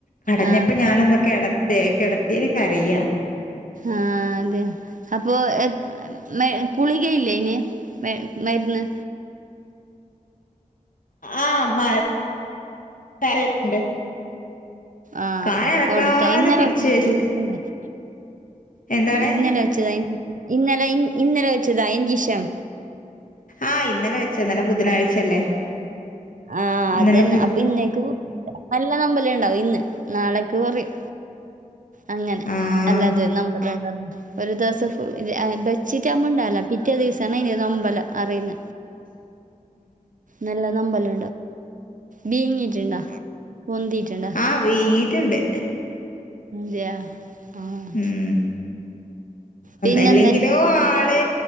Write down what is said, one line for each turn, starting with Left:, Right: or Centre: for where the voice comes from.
Left: കടഞ്ഞപ്പ
Right: ആ
Left: ഞാനൊന്ന് കെടത്തെ കെടതെന് കരയ
Right: ആഹ് അതെ അപ്പോൾ എ മേ കുളികയില്ലയ്ന് മേര്ന്ന്
Left: ആഹ് മ <unintelligible>
Right: ആഹ്
Left: കാലനക്കാതെ
Right: കൊടുത്ത ഇന്ന <unintelligible>
Left: പിടിച്ച് വെച്ച് എന്താണ്
Right: ഇന്നലെ വെച്ചതാ ഇ ഇന്നലെ ഇ ഇന്നലെ വെച്ചതാ എഞ്ചിഷം
Left: ആഹ് ഇന്നലെ വേച്ച ഇന്നലെ ബുധനാഴ്ച എല്ലേ
Right: ആഹ്
Left: ഇന്നലെ
Right: അതന്നെ അപ്പ ഇന്നേക്കു നല്ല നമ്പല് ഇണ്ടാവും ഇന്ന് നാളക്ക് കൊറിം അങ്ങനെ
Left: ആഹ്
Right: അല്ല അതെ നമ്പർ രണ്ട ഒരു ദിവസം ഫു ബെച്ചിട്ട അമ്മണ്ടല്ല പിറ്റേ ദിവസണ അയിന് ന്നമ്പല അറിയ്ന്ന
Left: നമ്മ്
Right: നല്ല ന്നമ്പല് ബീങ്ങിട്ട്ണ്ടാ പെന്തിട്ട്ണ്ടോ
Left: ആഹ് വീങ്ങിട്ട്ണ്ട്
Right: അതെയ ആഹ്
Left: ഉം
Right: പിന്നെന്താ
Left: അല്ലെങ്കിലോ ആള്